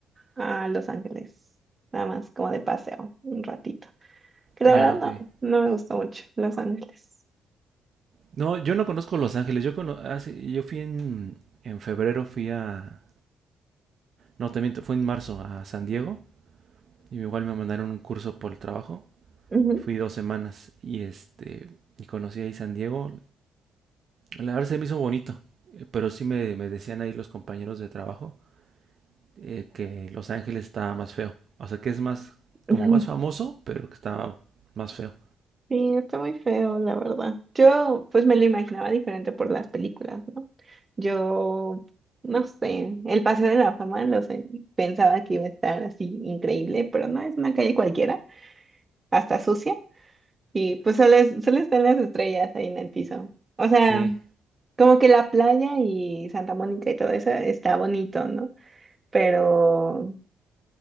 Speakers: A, on the right (about 25°); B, on the right (about 50°).
A: a Los Ángeles. Nada más, como de paseo, un ratito. Que la
B: Ah,
A: verdad
B: ok.
A: no, no me gustó mucho Los Ángeles.
B: No, yo no conozco Los Ángeles. Yo, cono- hace- yo fui en, en febrero, fui a... No, también fue en marzo a San Diego Y igual me mandaron un curso por el trabajo.
A: Ujú,
B: fui dos semanas y este y conocí ahí San Diego. La verdad se me hizo bonito, eh, pero sí me, me decían ahí los compañeros de trabajo eh, que Los Ángeles estaba más feo. O sea, que es más,
A: ujú.
B: como más famoso, pero que estaba más feo.
A: Sí, está muy feo, la verdad. Yo, pues me lo imaginaba diferente por las películas, ¿no? Yo, no sé, el Paseo de la Fama lo sé, pensaba que iba a estar así increíble, pero no, es una calle cualquiera, hasta sucia, y pues solo, es- solo están las estrellas ahí en el piso. O sea,
B: Sí,
A: como que la playa y Santa Mónica y todo eso está bonito, ¿no? Pero